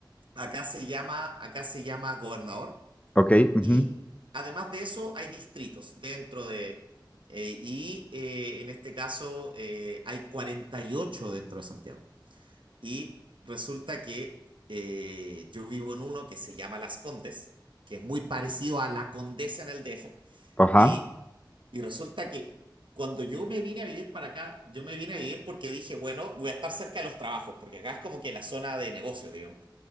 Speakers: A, on the right (about 80°); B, on the left (about 15°).
A: Acá se llama, acá se llama gobernador
B: Ok, ujú,
A: y además de eso hay distritos dentro de... eh, y eh, en este caso eh, hay 48 dentro de Santiago. Y resulta que eh, yo vivo en uno que se llama Las Condes, que es muy parecido a La Condesa en el DF.
B: ajá.
A: Y, y resulta que cuando yo me vine a vivir para acá, yo me vine a vivir porque dije, bueno, voy a estar cerca de los trabajos, porque acá es como que la zona de negocios digamos.